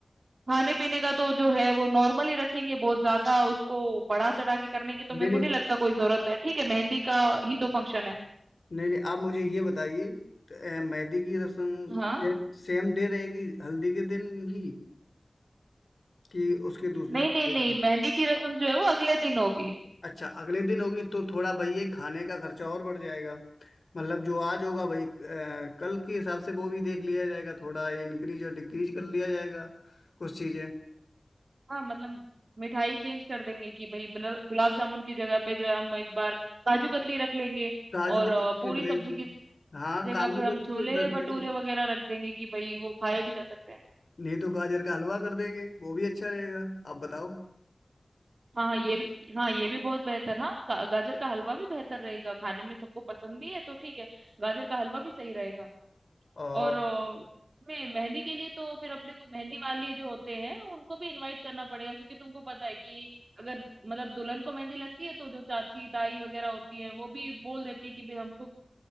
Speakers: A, on the right; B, on the left.
A: खाने पीने का तो जो है वो नॉर्मल ही रखेंगे बहुत ज्यादा उसको बढ़ा चढ़ा के करने की तो
B: नहीं
A: मेरे को
B: नहीं
A: नहीं लगता कोई जरूरत है ठीक है मेहंदी का ही तो फंक्शन है
B: नहीं नहीं आप मुझे ये बताइए तो, अ, मेहंदी की रस्म
A: हाँ,
B: सेम डे रहेगी हल्दी के दिन ही कि उसके दूसरे
A: नहीं,
B: दिन
A: नहीं, नहीं, मेहंदी की रस्म जो है वो अगले दिन होगी।
B: अच्छा अगले दिन होगी तो थोड़ा भाई ये खाने का खर्चा और बढ़ जाएगा मतलब जो आज होगा भाई अ, कल के हिसाब से वो भी देख लिया जाएगा थोड़ा इंक्रीज और डिक्रीज कर लिया जाएगा कुछ चीजें
A: हाँ, मतलब मिठाई चेंज कर देंगे कि भई मतलब गुलाब जामुन की जगह पे जो है हम इस बार काजू कतली रख लेंगे
B: काजू
A: और
B: कतली
A: अ,
B: भी
A: पूरी
B: रख
A: सब्जी
B: लेंगे
A: की
B: हाँ
A: जगह
B: काजू
A: पे हम
B: कतली
A: छोले
B: भी रख लेंगे
A: भटूरे वगैरह रख देंगे कि भई वो खाए भी जा सकते हैं।
B: नहीं तो गाजर का हलवा कर देंगे वो भी अच्छा रहेगा आप बताओ
A: हाँ, हाँ, ये भी हाँ, ये भी बहुत बेहतर हाँ, गा, गाजर का हलवा भी बेहतर रहेगा। खाने में सबको पसंद भी है तो ठीक है, गाजर का हलवा भी सही रहेगा।
B: और
A: और अ, उसमें मेहंदी के लिए तो फिर अपने को मेहंदी वाले जो होते हैं उनको भी इनवाइट करना पड़ेगा क्योंकि तुमको पता है कि अगर मतलब दुल्हन को मेहंदी लगती है तो जो चाची ताई वगैरह होती है वो भी बोल देती है कि भाई हमको